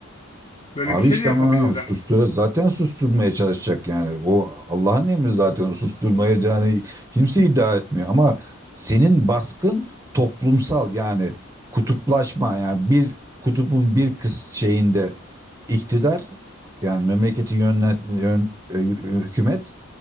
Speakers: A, on the left; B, on the right.
A: Böyle
B: Abi
A: bir şey
B: işte
A: de yapabilirler.
B: ama sustur zaten susturmaya çalışacak yani. O Allah'ın emri zaten o susturmayacağını kimse iddia etmiyor ama senin baskın toplumsal yani kutuplaşma yani bir kutubun bir kız şeyinde iktidar yani memleketi yönlet yön- e, hükümet